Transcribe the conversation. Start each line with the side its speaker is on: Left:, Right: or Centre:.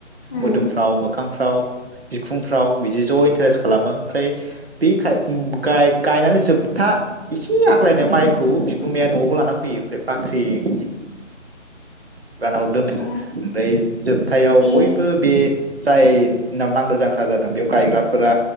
Left: उम
Right: मोदोमफ्राव मो मोखांफ्राव बिखुंफ्राव बिदि ज इन्टारेस्ट खालामो ओमफ्राय बेखाय गाय गायनानै जोबथा इसे आग्लायनाय माइखौ बिगुमाया नआवबो लाना फैयो ओमफ्राय बाख्रि इदि गानाव
Left: आतसा
Right: दोन हरोओमफ्राय जोबथायाव
Left: बे
Right: बयबो बे जाय नाव नांगोल जांख्रा जादों बेयाव गायग्राफोरा